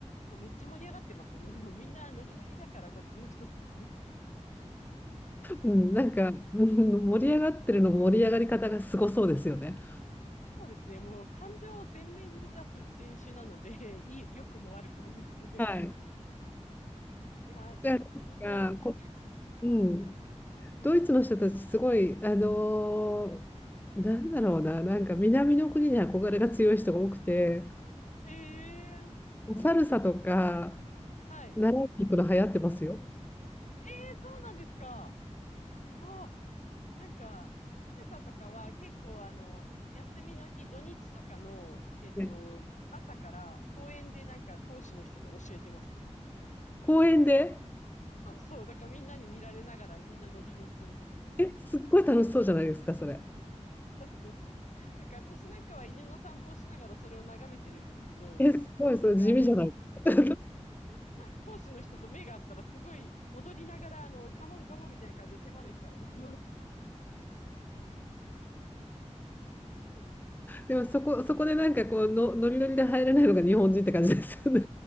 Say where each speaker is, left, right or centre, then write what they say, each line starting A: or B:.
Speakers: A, on the left (about 85°); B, on the left (about 15°).
A: そうめっちゃ盛り上がってます。もうみんなノリノリだから、こっちの人たち。
B: うん、なんか、うん盛り上がってるの盛り上がり方がすごそうですよね。
A: そうですね。もう感情を前面に出す人種なので、<laughs> いい、良くも悪くもですね。
B: はい。
A: いや、
B: じゃあ、
A: すごい。
B: なんかこ、
A: はい。
B: うん、ドイツの人たちすごい、あのーなんだろうな、なんか南の国に憧れが強い人が多くて、
A: ええ
B: サルサとか
A: はい。
B: 習いに行くの流行ってますよ。
A: ええそうなんですか。すごっ。なんか、福とかは結構あの、休みの日、土日とかの、えっと、
B: ね、
A: 朝から公園でなんか講師の人が教えてます。
B: 公園で、
A: そうそう。だからみんなに見られながらみんなノリノリで踊ってます。
B: え、すっごい楽しそうじゃないですか、それ。
A: そうそうそう。なんか私なんかは犬の散歩をしながらそれを眺めてるんですけど、
B: え、すごい、
A: なんか、
B: それ地味じゃない。
A: うん
B: <laughs>
A: 講師の人と目が合ったらすごい踊りながらあの、カモンカモンみたいな感じで手招きされます。
B: でもそこ、そこでなんかこうの、ノリノリで入れないのが日本人って感じですよね。